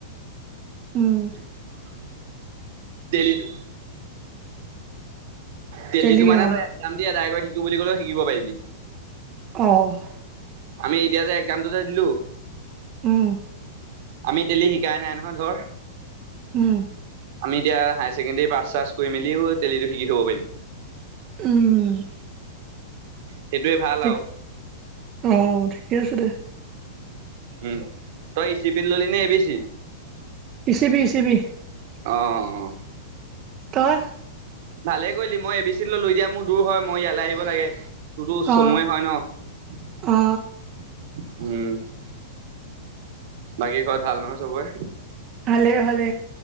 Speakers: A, on the right; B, on the right.
A: <inaudible>
B: উম,
A: টেলিটো, টেলিটো
B: তেলি
A: মানে,
B: অ',
A: তই এক্সাম দিয়ে ট্ৰাই কৰি শিকো বুলি ক'লেও, শিকিব পাৰিবি।
B: অঁহ
A: আমি এতিয়া যে এক্সামটো যে দিলোঁ।
B: ওঁ।
A: আমি টেলি শিকাই নাই নহয় ধৰ
B: উম
A: আমি এতিয়া হায়াৰ ছেকেণ্ডেৰী পাছ চাছ কৰি মেলিও তেলিটো শিকি থ'ব পাৰিম
B: উম
A: সেইটোৱে ভাল
B: ঠিক
A: আৰু
B: অ ঠিকে আছে দে
A: উম তই ই চি পি নে A B C.
B: A C B A B C.
A: অ অ।
B: তই।
A: ভালে কৰিলি মই এ বি চিত ললো এতিয়া মোৰ দূৰ হয় মই ইয়ালে আহিব লাগে। তোৰতো চমুৱে
B: অ অ
A: হয় ন।
B: অ অ
A: উম বাকী ঘৰত ভাল নহয় চবৰে।
B: ভালে ভালে